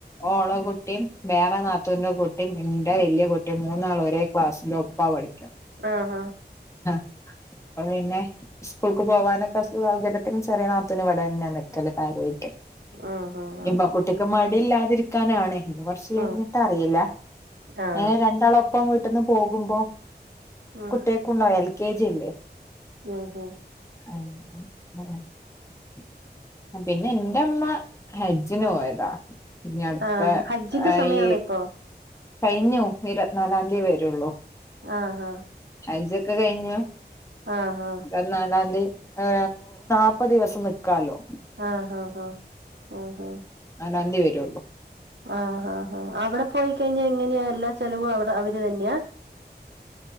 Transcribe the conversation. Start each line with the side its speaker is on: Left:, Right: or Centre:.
Left: ഓളെ കു ട്ടിയും വേറെ നാത്തൂന്റെ കുട്ടിയും എന്റെ വല്യ കുട്ടീം മൂന്നാളും ഒരേ ക്ലാസില് ഒപ്പാ പഠി
Right: ആഹ
Left: അപ്പ പിന്നെ സ്കൂൾക്ക് പോകാനൊക്കെ സൗകര്യത്തിന് ചെറിയ നാത്തൂനും ഇവിടന്നെയാ നിക്കല് കാര്യായി ട്ട്
Right: ആഹ് ആഹ്
Left: ഇമ്പ കുട്ടിക്ക് മടി മടിയില്ലാതിരിക്കാനാണ്. ഇനി കുറച്ച് കഴിഞ്ഞിട്ട്
Right: ആഹ്
Left: അറിയില്ല.
Right: ആഹ് ആഹ്
Left: അങ്ങനെ രണ്ടാളും ഒ പ്പം വീട്ടിന്ന് പോകുമ്പോ
Right: ഉം
Left: കുട്ടികക്കുണ്ടാവും എൽ കെ ജി അല്ലേ.
Right: ഉം ഉം
Left: <unintelligible> പിന്നെ എൻറമ്മ ഹജ്ജിന് പോയതാ. ഇനി അടുത്ത
Right: ആഹ് ഹജ്ജിന്റെ സമയാണ്
Left: ഈ
Right: ഇപ്പൊ
Left: കഴിഞ്ഞു ഇരുപത്തിനാലാം തിയതി വരുള്ളൂ.
Right: ആഹ
Left: ഹജ്ജൊക്കെ കഴിഞ്ഞു.
Right: ആഹ്
Left: പതിനാലാംതി. ഏഹ് നാൽപത് ദിവസം നിക്കാലോ.
Right: ആഹ് ആഹ് ആഹ് ആഹ്
Left: ലാംതി വരുള്ളൂ.
Right: ആഹ് ഹാ ഹാ അവിടെ പോയിക്കഴിഞ്ഞാ എങ്ങനെയാ എല്ലാ ചെലവും അവിടെ അവര് ര് തന്ന്യാ?